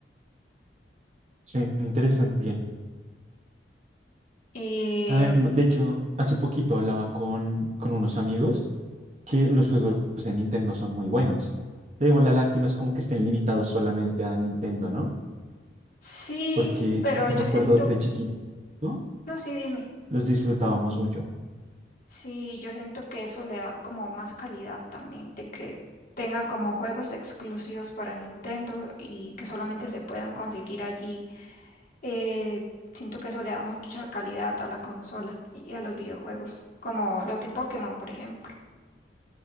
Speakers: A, on the right; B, on the left.
A: Suena interesante. Bien.
B: Y
A: Ah, bueno, de hecho, hace poquito hablaba con, con unos amigos que los juegos de Nintendo son muy buenos. Pero Digo, la lástima es como que estén limitados solamente a Nintendo, ¿no?
B: sí,
A: porque
B: pero
A: yo
B: yo
A: me acuerdo
B: siento,
A: de chiquito, ¿no?
B: no, sí, dime.
A: Los disfrutábamos mucho.
B: Sí, yo siento que eso le da como más calidad también, de que tenga como juegos exclusivos para Nintendo y que solamente se puedan conseguir allí. Eh, siento que eso le da mucha calidad a la consola y a los videojuegos, como los de Pokémon, por ejemplo.